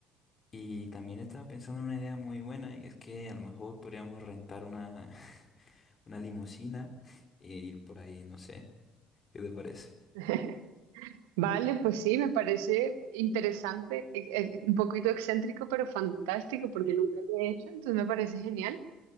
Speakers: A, on the left (about 35°); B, on the right (about 65°).
A: Y también estaba pensando en una idea muy buena y es que a lo mejor podríamos rentar una, <laughs> una limusina e ir por ahí, no sé, ¿qué te parece?
B: <laughs> Vale, pues sí, me parece interesante, e- e- un poquito excéntrico, pero fantástico porque nunca lo he hecho, entonces me parece genial.